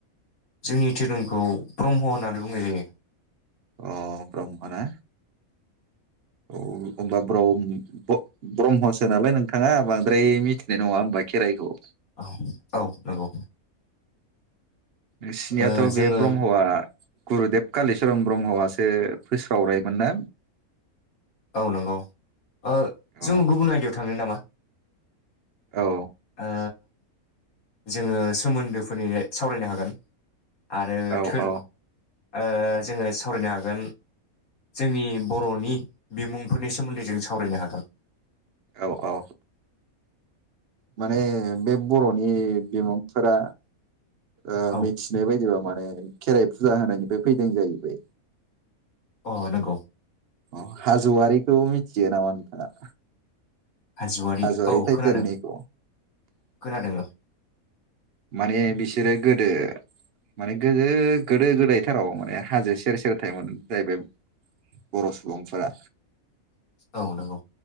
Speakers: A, on the left; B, on the right.
A: जोंनि धोरोमखौ ब्रह्म होननानै बुंनाय जायो।
B: अ ब्रह्म ना औ होनोमबा ब्रम ब्रहमसो नालाय नोंथाङा बांद्राय मिथिनाय नङा होनबा खेराइखौ
A: औ औ नंगौ
B: नोंसिनियाथ'
A: ओ जोङो
B: बे ब्रह्मआ गुरुदेब कालिचरन ब्रह्मआसो फोस्रावनायमोन ना?
A: औ नंगौ ओ
B: औ
A: जों गुबुन आयदायाव थांनो नामा?
B: औ
A: आ जोङो सोमोन्दोफोरनि सावरायनो हागोन आरो
B: औ
A: थोर
B: औ
A: ओ जोङो सावरायनो हागोन जोंनि बर'नि बिमुंफोरनि सोमोन्दै जों सावरायनो हागोन।
B: औ औ माने बे बर'नि बिमुंफोरा ओ
A: औ
B: मिथिनाय बायदिबा माने माने खेराइ फुजा होनायनिफ्राय फैदों जाहैबाय
A: अ नंगौ
B: अ हाजोवारिखौ मिथि थियो नामा नोंथाङा?
A: हाजोवारि
B: हाज'वारि
A: औ
B: टाइटेलनिखौ
A: खोनादों खोनादों औ।
B: माने बिसोरो गोदो माने गोदो गोदो गोदायथाराव माने हाजो सेर सेर थायोमोन जाहैबाय बर' सुबुंफोरा
A: औ नंगौ।